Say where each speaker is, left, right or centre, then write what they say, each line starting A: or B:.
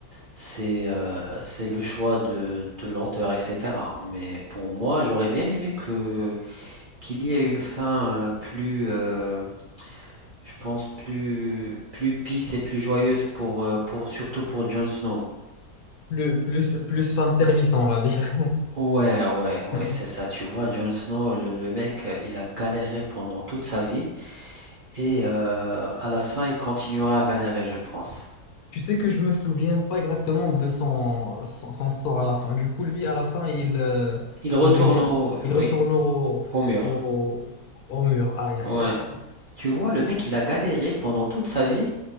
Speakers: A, on the right; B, on the left.
A: C'est euh, c'est le choix de, de l'auteur, etc. Mais pour moi, j'aurais bien aimé que qu'il y ait une fin euh, plus, euh, je pense, plus plus peace et plus joyeuse pour, euh, pour surtout pour Jon Snow.
B: Plus, plus, plus fan service, on va dire.
A: Ouais, ouais, ouais,
B: <laughs>
A: c'est ça. Tu vois, Jon Snow, le, le mec, euh, il a galéré pendant toute sa vie et euh, à la fin, il continuera à galérer, je pense.
B: Tu sais que je me souviens pas exactement de son, son, son sort à la fin. Du coup, lui, à la fin, il, euh,
A: Il retourne
B: il devient,
A: au,
B: il
A: oui,
B: retourne au,
A: au mur.
B: au, au mur. Aïe,
A: Ouais.
B: aïe, aïe.
A: Tu vois, le mec, il a galéré pendant toute sa vie.